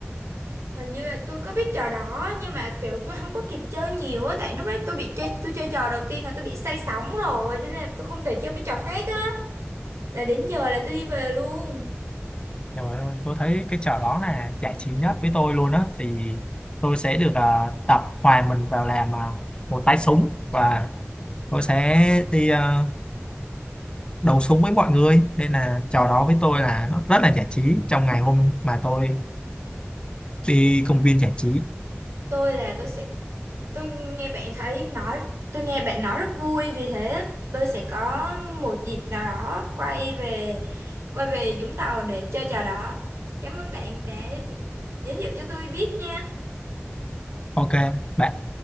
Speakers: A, on the right; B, on the left.
A: hình như là tôi có biết trò đó nhưng mà kiểu tôi không có kịp chơi nhiều á tại lúc đấy tôi bị chơi tôi chơi trò đầu tiên là tôi bị say sóng rồi cho nên là tôi không thể chơi mấy trò khác á là đến giờ là tôi đi về luôn
B: trời ơi tôi thấy cái trò đó là giải trí nhất với tôi luôn á thì tôi sẽ được à, tập hòa mình vào làm à, một tay súng và tôi sẽ đi à, đấu súng với mọi người nên là trò đó với tôi là nó rất là giải trí trong ngày hôm mà tôi đi công viên giải trí
A: tôi là tôi sẽ tôi nghe bạn thấy nói tôi nghe bạn nói rất vui vì thế tôi sẽ có một dịp nào đó quay về quay về Vũng Tàu để chơi trò đó cảm ơn bạn đã giới thiệu cho tôi biết nha
B: ok bạn